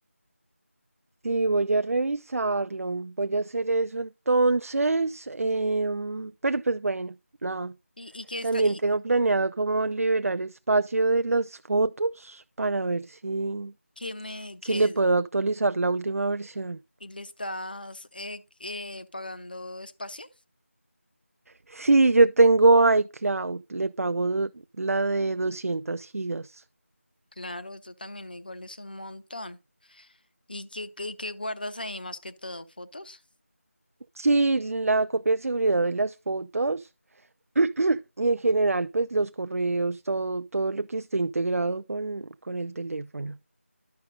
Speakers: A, on the right; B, on the left.
A: Sí, voy a revisarlo. Voy a hacer eso entonces. em, pero pues bueno, nada.
B: Y, y que
A: También
B: está, y,
A: tengo planeado como liberar espacio de las fotos para ver si,
B: que me
A: si
B: que
A: le puedo actualizar la última versión.
B: y le estás eh, eh, pagando espacio.
A: Sí, yo tengo iCloud. Le pago do- la de 200 gigas.
B: Claro, eso también igual es un montón. ¿Y qué, qué, qué guardas ahí más que todo? ¿Fotos?
A: Sí, la copia de seguridad de las fotos. <clears throat> Y en general, pues los correos, todo, todo lo que esté integrado con, con el teléfono.